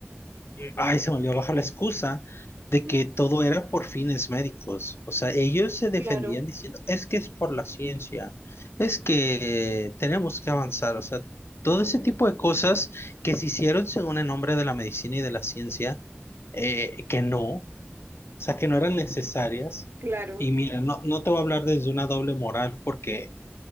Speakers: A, on the left; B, on the right.
A: Ay, se me olvidó bajar la excusa de
B: ¿Mm?
A: que todo era por fines médicos. O sea, ellos se
B: Y
A: defendían
B: Claro,
A: diciendo, es que es por la ciencia, es que tenemos que avanzar. O sea, todo ese tipo de cosas que se hicieron según el nombre de la medicina y de la ciencia, eh, que no, o sea, que no eran necesarias.
B: claro,
A: Y mira, no, no te voy a hablar desde una doble moral porque